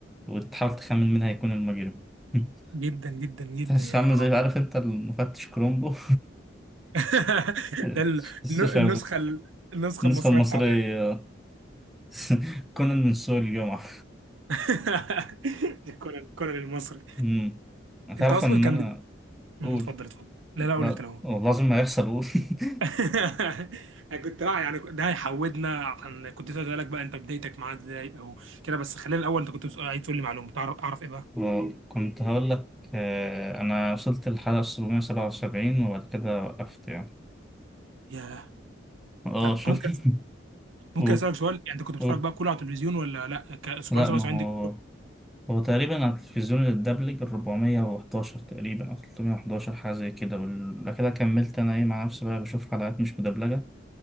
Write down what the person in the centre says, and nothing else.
وتحاول تخمن مين هيكون المجرم <laughs>
تحس
عامل
زي
عارف أنت المفتش كرومبو
<laughs>
السوشي
النسخة
المصرية
<laughs> كونان من سوق الجمعة
امم هتعرف
<laughs> ان
انا
قول
لا
والله لازم هيحصل قول <laughs>
وكنت هقول لك آه، انا وصلت للحلقة 777 وبعد كده وقفت يعني
اه
شوف
<laughs>
قول
قول
لا ما هو
هو تقريبا على التلفزيون الدبلج 411 تقريبا او 311 حاجة زي كده ولا كده كملت انا ايه مع نفسي بقى بشوف حلقات مش مدبلجة